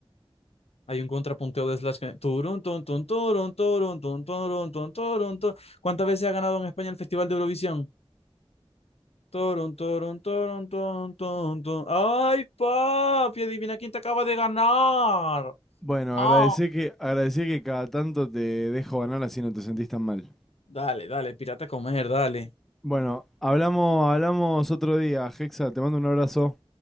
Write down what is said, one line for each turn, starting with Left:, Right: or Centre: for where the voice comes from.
Left: hay un contrapunteo de Slash que... Turun, tun, tun, turun, turun, tun, turun, tun, turun, tun. ¿Cuántas veces ha ganado en España el Festival de Eurovisión? Torun, torun, torun, torun, torun, torun. ¡Ay, papi! Adivina quién te acaba de ganar.
Centre: Bueno,
Left: Ah,
Centre: agradecí que, agradecí que cada tanto te dejo ganar así no te sentís tan mal.
Left: Dale, dale, pirata a comer, dale.
Centre: Bueno, hablamos, hablamos otro día. Hexa, te mando un abrazo.